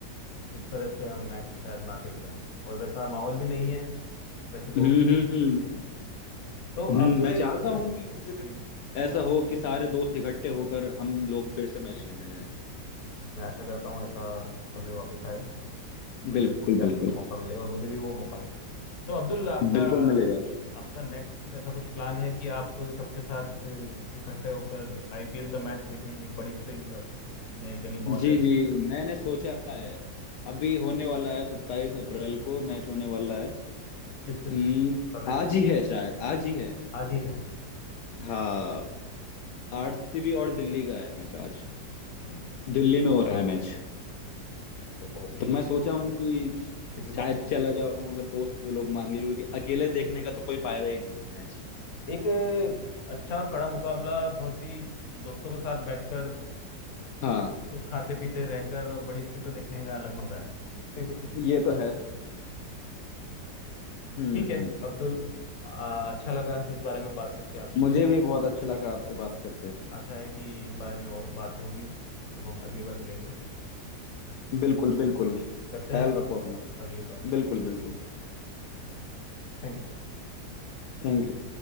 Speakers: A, on the left; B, on the left.
A: उस तरह से हम मैच शायद ना खेल पाए और वैसा माहौल भी नहीं है वैसे दोस्त
B: हम्म हम्म
A: हैं। तो तो
B: हम्म,
A: अब्दुल
B: मैं
A: एक
B: चाहता हूँ कि किसी
A: जी
B: दिन
A: जी बोल।
B: ऐसा हो कि सारे दोस्त इकट्ठे होकर हम लोग फिर से मैच खेलने जाएं
A: मैं आशा करता हूँ ऐसा समय वापस आए और
B: बिल्कुल
A: जब भी आपको
B: बिल्कुल
A: मौका मिले और मुझे भी वो मौका मिले तो अब्दुल आपका
B: बिल्कुल मिलेगा
A: आपका नेक्स्ट ऐसा कुछ प्लान है कि आप सबके साथ अ, इकट्ठे होकर आईपीएल का मैच देखें एक बड़ी स्क्रीन पर अपने गली मोहल्ले
B: जी जी
A: में
B: मैंने सोचा है अभी होने वाला है सत्ताईस अप्रैल को मैच होने वाला है हम्म,
A: किस किस का मैच
B: आज
A: है
B: ही है शायद आज ही है
A: आज ही है
B: हाँ आरसीबी और दिल्ली का है मैच आज
A: जी
B: दिल्ली में हो रहा है मैच
A: तो बहुत ही
B: तो मैं सोचा हूँ कि श-
A: अच्छे की
B: शायद
A: बात
B: चला जाऊँ अगर दोस्त लोग मान गए क्योंकि अकेले देखने का तो कोई फायदा ही नहीं है मैच
A: एक अ, अच्छा और कड़ा मुकाबला बहुत ही दोस्तों के साथ बैठकर
B: हाँ
A: कुछ खाते पीते रहकर और बड़ी स्क्रीन पर देखने का अलग मजा है <laughs>
B: ये तो है हम्म
A: ठीक है अब्दुल आ, अच्छा लगा इस बारे में बात करके आपसे
B: मुझे भी बहुत अच्छा लगा आपसे बात करके
A: आशा है कि इस बारे में और बात होगी जब हम अगली बार मिलेंगे
B: बिल्कुल बिल्कुल
A: करते
B: ख्याल
A: हैं बात
B: रखो अपना
A: अगली बार
B: बिल्कुल बिल्कुल
A: Thank you
B: Thank you